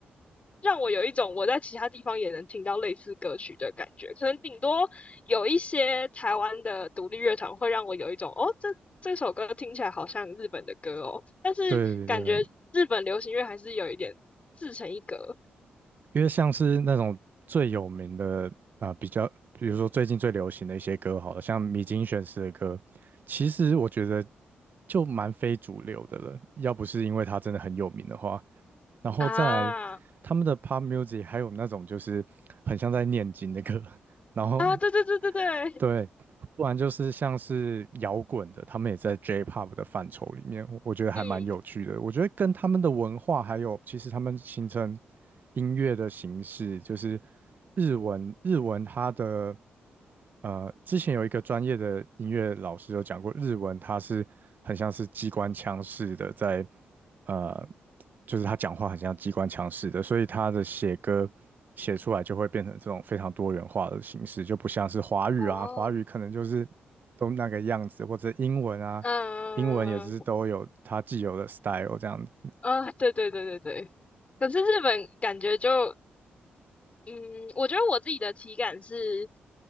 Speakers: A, on the left; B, on the right.
A: 让我有一种我在其他地方也能听到类似歌曲的感觉。可能顶多有一些台湾的独立乐团会让我有一种哦，这这首歌听起来好像日本的歌哦，但是感觉日本流行乐还是有一点自成一格
B: 对对对，因为像是那种最有名的啊、呃比较，比如说最近最流行的一些歌，好了，像米津玄师的歌，其实我觉得就蛮非主流的了。要不是因为他真的很有名的话，然后再来他们的
A: 啊
B: pop music，还有那种就是很像在念经的歌，然后
A: 啊，对对对对对，
B: 对，不然就是像是摇滚的，他们也在 J-pop 的范畴里面，我觉得还蛮有趣的。
A: 嗯，
B: 我觉得跟他们的文化还有，其实他们形成音乐的形式，就是日文，日文它的呃，之前有一个专业的音乐老师有讲过，日文它是很像是机关枪式的在呃就是他讲话很像机关枪似的，所以他的写歌写出来就会变成这种非常多元化的形式，就不像是华语啊，
A: 哦，
B: 华语可能就是都那个样子，或者英文啊，
A: 嗯
B: 英文也是都有它既有的 style 这样子，
A: 嗯啊，对对对对对。可是日本感觉就嗯，我觉得我自己的体感是，